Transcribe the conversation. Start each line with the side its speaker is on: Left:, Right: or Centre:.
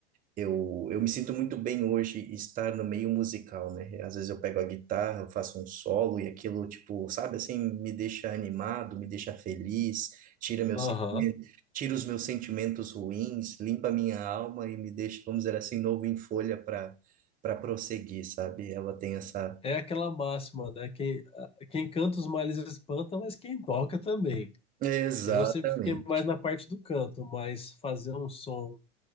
Right: eu, eu me sinto muito bem hoje estar no meio musical, né? Às vezes eu pego a guitarra, eu faço um solo e aquilo, tipo, sabe assim, me deixa animado, me deixa feliz, tira meu
Left: Aham.
Right: sentimento, tira os meus sentimentos ruins, limpa minha alma e me deixa, vamos dizer assim, novo em folha para para prosseguir, sabe? Ela tem essa
Left: É aquela máxima, né? Quem, ah, quem canta os males espanta, mas quem toca também.
Right: Exatamente.
Left: Eu sempre fiquei mais na parte do canto, mas fazer um som